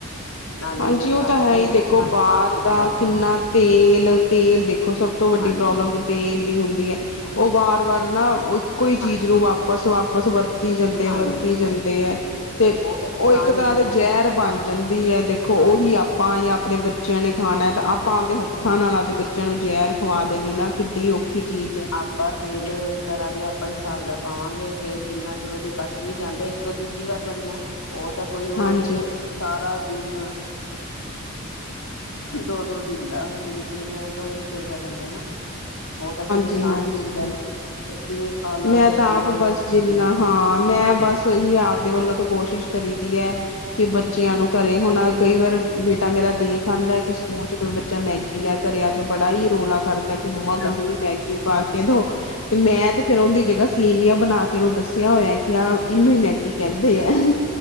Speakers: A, on the left (about 85°); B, on the left (about 65°).
A: ਨਾਲੇ
B: ਹਾਂਜੀ ਉਹ
A: ਤਾਕਤ
B: ਤਾਂ ਹੈ
A: ਮਿਲਦੀ
B: ਹੀ ਦੇਖੋ
A: ਨਾਲੇ
B: ਬਾਹਰ
A: ਸਾਫ਼ ਸੁਥਰਾ
B: ਦਾ ਕਿੰਨਾ ਤੇਲ ਤੇਲ ਦੇਖੋ ਸਭ ਤੋਂ ਵੱਡੀ
A: ਹਾਂਜੀ।
B: ਪ੍ਰੋਬਲਮ ਤਾਂ। ਤੇਲ ਦੀ ਹੁੰਦੀ ਐ, ਉਹ ਵਾਰ ਵਾਰ ਨਾ। ਕੋਈ
A: ਹਾਂਜੀ,
B: ਚੀਜ਼ ਨੂੰ ਵਾਪਸ ਵਾਪਸ ਵਰਤੀ ਜਾਂਦੇ
A: ਹਾਂਜੀ
B: ਵਰਤੀ ਜਾਂਦੇ ਐ। ਤੇ
A: ਫੇਰ ਨੁਕਸਾਨ
B: ਉਹ ਇੱਕ ਤਰ੍ਹਾਂ
A: ਹੀ ਦਿੰਦਾ
B: ਦੇ ਜ਼ਹਿਰ ਬਣ ਜਾਂਦੀ ਐ ਤੇ ਤੇ ਉਹੀ
A: ਹਾਂ
B: ਆਪਾਂ ਜਾਂ ਆਪਣੇ
A: ਹੂੰ।
B: ਬੱਚਿਆਂ ਨੇ ਖਾਣਾ ਐ ਤਾਂ ਆਪਾਂ ਆਪਦੇ ਹੱਥਾਂ
A: ਹੂੰ।
B: ਨਾਲ ਆਪਦੇ ਬੱਚੇ। ਬੱਚਿਆਂ ਨੂੰ ਜਹਿਰ ਖਵਾ ਦੇਣੀ ਨਾ ਕਿੱਡੀ ਔਖੀ ਚੀਜ਼ ਹੈ।
A: ਆਪਾਂ ਤੇਲ ਕਰਾਂਗੇ ਆਪਾਂ ਹਿਸਾਬ ਦਾ ਪਾਵਾਂਗੇ। ਫੇਰ ਜਿੰਨਾ ਚਲੋ ਜੇ ਬਚ ਵੀ ਜਾਂਦਾ। ਤੋਂ ਦੂਜੀ ਵਾਰ ਬਣਨਾ ਉਹ ਤਾਂ ਕੋਈ ਉਹ
B: ਹਾਂਜੀ
A: ਨੀ ਹੈ ਇਹ ਸਾਰਾ ਦਿਨ। ਦੋ ਦੋ ਦਿਨ ਦਾ ਜਾਣੀ ਕਿ ਇਹਨਾਂ ਦਾ ਤਾਂ ਉਹੀ ਚੱਲਦਾ ਰਹਿੰਦਾ ਨਾ। ਉਹ ਤਾਂ ਫੇਰ ਨੁਕਸਾਨ
B: ਜੀ ਹਾਂਜੀ,
A: ਹੀ ਦਿੰਦਾ
B: ਹਾਂਜੀ
A: ਨਾ ਫਿਰ ਕਿਵੇਂ ਕਾਲਾ
B: ਮੈਂ
A: ਜਾਂ
B: ਤਾਂ
A: ਤੇਲ
B: ਆਪ
A: ਹੋ ਜਾਂਦਾ
B: ਬੱਸ ਜਿੰਨਾ
A: ਕਿਵੇਂ
B: ਹਾਂ ਮੈਂ ਬੱਸ। ਤੋਂ ਹੀ ਆਪਦੇ ਵੱਲੋਂ ਤਾਂ ਕੋਸ਼ਿਸ਼ ਕਰੀ ਦੀ ਹੈ ਕਿ ਬੱਚਿਆਂ ਨੂੰ ਘਰੇ ਹੋਣਾ ਕਈ ਵਾਰ ਬੇਟਾ ਮੇਰਾ ਦੇਖ ਆਉਂਦਾ। ਕਿ ਸਕੂਲ ਚ ਕੋਈ ਬੱਚਾ ਮੈਗੀ ਲੈ ਘਰੇ ਆ ਕੇ ਬੜਾ ਹੀ ਰੌਲਾ ਕਰਦਾ ਕਿ ਮੰਮਾ।
A: ਮੇਰਾ
B: ਮੈਨੂੰ ਵੀ
A: ਬੜਾ
B: ਮੈਗੀ ਪਾ ਕੇ ਦੋ ਤੇ ਮੈਂ ਤੇ ਫੇਰ ਉਹਦੀ ਜਗ੍ਹਾ ਸੇਵੀਆਂ ਬਣਾ ਕੇ ਉਹਨੂੰ ਦੱਸਿਆ ਹੋਇਆ। ਕਿ ਆ ਇਹਨੂੰ ਹੀ ਮੈਗੀ ਕਹਿੰਦੇ ਆ।